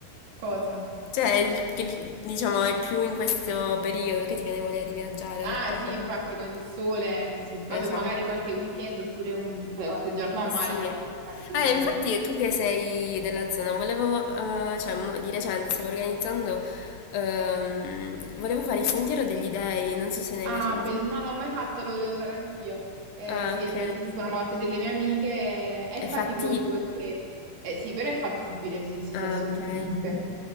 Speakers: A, on the right; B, on the left.
A: Cosa?
B: Cioè, il- che- diciamo, è più in questo periodo che ti viene voglia di viaggiare, ad
A: Ah,
B: ottobre
A: sì, infatti,
B: un po'.
A: con il sole, sì. Vabbè,
B: Esatto.
A: magari qualche weekend oppure un- qualche giorno a
B: Eh,
A: mare
B: Sì,
A: te
B: eh,
A: lo andrai a fare sicuramente.
B: infatti tu che sei della zona, volevo, eh, cioè mo- di recente stavo organizzando, ehm, volevo fare il Sentiero degli Dei, non so se ne
A: Ah,
B: hai mai sentito.
A: belli- non l'ho mai fatto, lo volevo fare anch'io. Eh,
B: Ah,
A: sì,
B: ok.
A: è bellissimo, l'hanno fatto delle mie amiche, eh, è
B: È fatti?
A: faticoso perché... eh, sì, però è fattibile, sì, sì,
B: Ah,
A: sì, assolutamente.
B: ok.